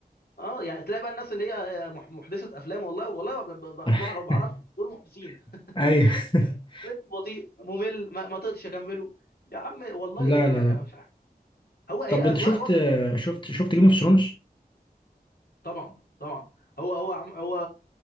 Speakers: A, on the left; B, on the left.
A: اه يعني تلاقي بقى الناس اللي هي آه، مح- محدثه افلام والله والله ب- ب-
B: <laughs>
A: بعرف بعرفهم دول محدثين <laughs>
B: ايوه <laughs>
A: رتم بطيء ممل ما, ما تقدرش اكمله يا عم والله
B: لا
A: إن
B: لا
A: يعني
B: لا
A: أنا مش عارف هو هي
B: طب
A: اذواق
B: انت شفت
A: برضه خلي بالك
B: شفت شفت جيم اوف ثرونز
A: طبعا طبعا هو هو عم- هو